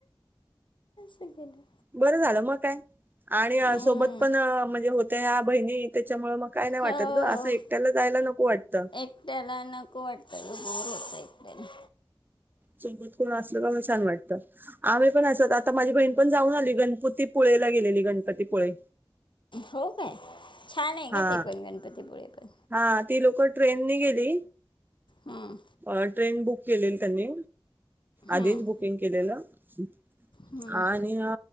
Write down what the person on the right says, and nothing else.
बरं झालं मग काय आणि
सोबत पण म्हणजे होत्या या बहिणी त्याच्यामुळ मग काय नाही वाटत
ग असं एकट्याला जायला नको वाटत
सोबत कोण असल का मला छान वाटतं आम्ही पण असत आता माझी बहीण पण जाऊन आली गण होती पुळेला गेलेली गणपतीपुळे
हा
हा ती लोकं ट्रेननी गेली
अ ट्रेन बुक केलेली त्यांनी आधीच
बुकिंग केलेलं ह
हा आणि अ